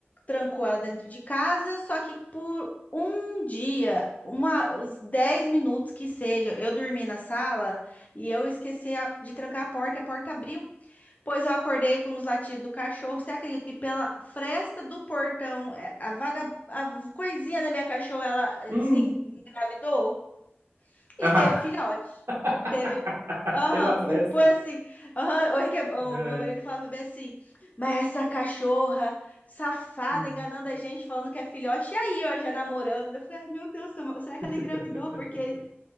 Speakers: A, on the left; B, on the right.
A: trancou ela dentro de casa, só que por um dia, uma, os 10 minutos que seja, eu dormi na sala e eu esqueci a- de trancar a porta e a porta abriu. Pois eu acordei com os latidos do cachorro. Você acredita que pela fresta do portão, é, a vaga, a coisinha da minha cachorra, ela
B: Hum.
A: assim engravidou? E
B: Ah.
A: teve filhote.
B: <laughs>
A: Teve. Aham,
B: Pela pressa.
A: um- foi assim. Aham, o, Rick- o
B: É.
A: meu marido falava bem assim, mas essa cachorra safada
B: é.
A: enganando a gente, falando que é filhote, e aí, ó, já namorando. Eu falei, ai meu Deus, será que
B: <laughs>
A: ela engravidou? Porque,